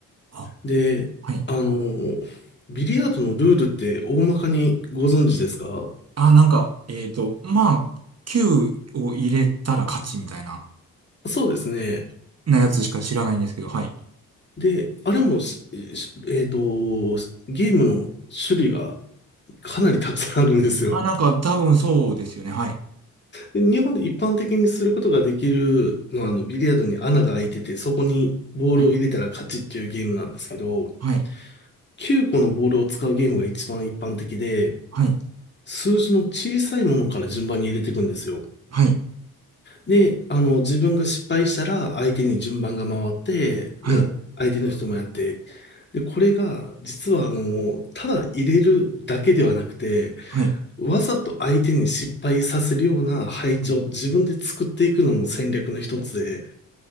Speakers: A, on the right; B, on the left.
A: あ、
B: で、
A: はい。
B: あの、ビリヤードのルールって大まかにご存知ですか
A: あ、なんか、えっと、まあ、9を入れたら勝ちみたいな、
B: そうですね。
A: なやつしか知らないんですけど、はい。
B: で、あれもし、しえっと、ゲームの種類がかなりたくさんあるんですよ。
A: あ、なんか、多分そうですよね。はい。
B: で日本で一般的にすることができるのは、あの、ビリヤードに穴が開いてて、そこにボールを入れたら勝ちっていうゲームなんですけど、
A: はい。はい。
B: 9個のボールを使うゲームが一番一般的で、
A: はい。
B: 数字の小さいものから順番に入れていくんですよ。
A: はい。
B: で、あの、自分が失敗したら相手に順番が回って、
A: はい。
B: じゃあ相手の人もやって。で、これが実はあの、ただ入れるだけではなくて、
A: はい。
B: わざと相手に失敗させるような配置を自分で作っていくのも戦略の一つで、
A: はい